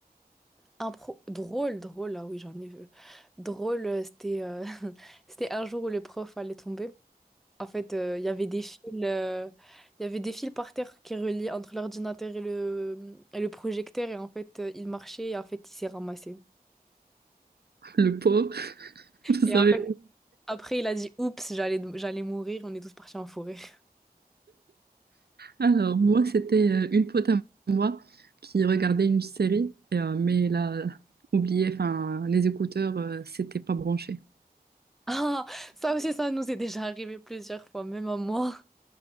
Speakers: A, in the centre; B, on the right.
A: Impro drôle, drôle, ah oui, j'en ai vu. Drôle, euh, c'était euh, <laughs> c'était un jour où le prof allait tomber. En fait, euh, il y avait des fils, euh, il y avait des fils par terre qui reliaient entre l'ordinateur et le, et le projecteur. Et en fait, euh, il marchait et en fait, il s'est ramassé.
B: <laughs> Le pauvre, vous
A: Et
B: savez.
A: en fait, après, il a dit, Oups, j'allais j'allais mourir. On est tous partis en forêt. <laughs>
B: Alors, moi, c'était euh, une pote à moi qui regardait une série, et, euh, mais elle a oublié, enfin, les écouteurs, euh, c'était pas branché.
A: Ah, ça aussi, ça nous est déjà arrivé plusieurs fois, même à moi.